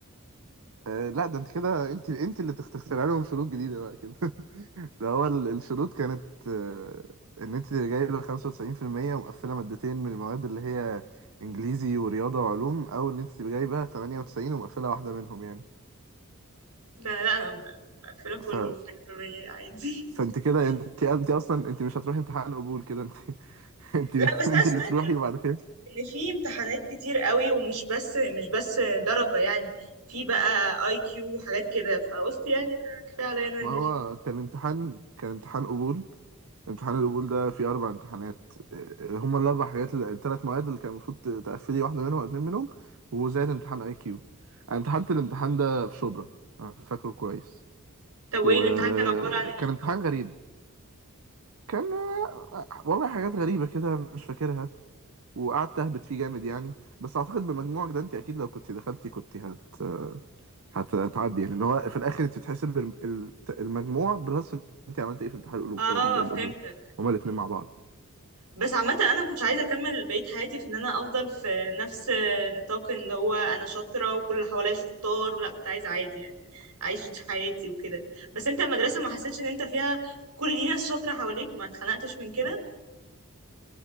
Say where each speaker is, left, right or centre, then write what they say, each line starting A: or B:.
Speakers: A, on the right (about 65°); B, on the right (about 85°).
A: آه لا ده انت كده انت انت اللي تخ- تخترع لهم شروط جديده بقى كده <laughs> ده هو ال- الشروط كانت آه ان انت اللي جايبه 95% ومقفله مادتين من المواد اللي هي انجليزي ورياضه وعلوم او ان انت تبقى جايبه 98 ومقفله واحده منهم يعني
B: لا لا انا مقفلة
A: ف...
B: كله مية في المية عادي
A: فانت كده انت انت اصلا انت مش هتروحي امتحان قبول كده انت <laughs> انت
B: لا بس
A: انت
B: انا سمعت
A: اللي تروحي وبعد كده
B: ان في امتحانات كتير قوي ومش بس مش بس درجة يعني في بقى اي كيو وحاجات كده فقلت يعني انا كفاية عليا إن انا
A: ما
B: نجحت
A: هو كان امتحان كان امتحان قبول امتحان القبول ده فيه أربع امتحانات إيه، هما الأربع حاجات الثلاث مواد اللي كان المفروض ت- تقفلي واحدة منهم أو اتنين منهم وزائد امتحان أي كيو أنا امتحنت الامتحان ده في شبرا أنا فاكره كويس
B: طب
A: وكان
B: وايه الامتحان كان عبارة عن ايه
A: امتحان غريب كان آه، والله حاجات غريبة كده مش فاكرها وقعدت أهبط فيه جامد يعني بس أعتقد بمجموعك ده أنت أكيد لو كنت دخلتي كنت هت آه، هتعدي يعني اللي هو في الاخر انت بتحسب الم- ال- المجموع بلس انت عملت ايه في امتحان القلو-
B: اه
A: ال- القبول
B: فهمتك
A: هما الاثنين مع بعض
B: بس عامة انا ما كنتش عايزة اكمل بقية حياتي في ان انا افضل في نفس نطاق ان هو انا شاطرة وكل اللي حواليا شطار لا كنت عايزة عادي يعني اعيش دي حياتي وكده بس انت المدرسة ما حسيتش ان انت فيها كل دي ناس شاطرة حواليك ما اتخنقتش من كده